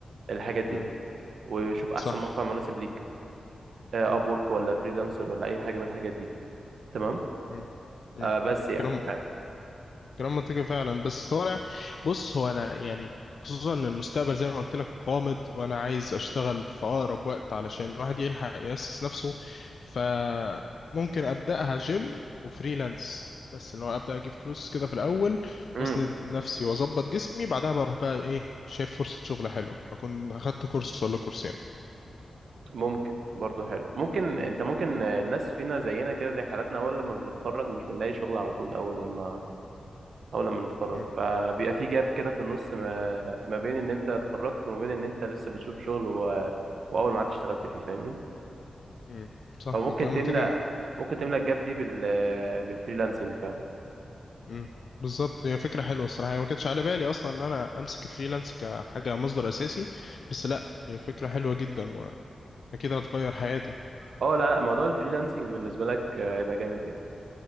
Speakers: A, on the right; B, on the left.
A: الحاجات دي
B: مم.
A: وشوف احسن
B: صح
A: موقع مناسب ليك اب
B: مم.
A: وورك ولا فريلانسر ولا اي حاجه من الحاجات دي تمام
B: مم. مم.
A: آه بس يعني
B: كلام
A: آه.
B: كلام منطقي فعلا بس هو انا بص هو انا يعني خصوصا ان المستقبل زي ما قلت لك قامد وانا عايز اشتغل في اقرب وقت علشان الواحد يلحق يأسس نفسه فممكن ابداها جيم وفريلانس بس اللي هو ابدا اجيب فلوس كده في الاول
A: مم.
B: واسند نفسي واظبط جسمي بعدها بروح بقى ايه شايف فرصة شغل حلوة اكون اخدت كورس ولا كورسين
A: ممكن برضه حلو ممكن
B: مم.
A: انت ممكن آه، الناس فينا زينا كده زي حالاتنا اول لما بنتخرج مش بنلاقي شغل على طول اول لما اول لما نتخرج
B: مم.
A: فبيبقى في جاب كده في النص ما... ما بين ان انت اتخرجت وما بين ان انت لسه بتشوف شغل و... واول ما عاد اشتغلت فيه فاهمني
B: مم. صح
A: فممكن
B: هو كلام
A: تملأ
B: منطقي
A: ممكن تملأ الجاب دي بال بالفريلانسنج فعلا
B: امم بالظبط هي فكرة حلوة الصراحة هي ما كانتش على بالي أصلا إن أنا أمسك فريلانس كحاجة مصدر أساسي بس لأ هي فكرة حلوة جدا وأكيد هتغير حياتي
A: اه لا لا موضوع الفريلانسنج بالنسبة لك آه، هيبقى جامد جدا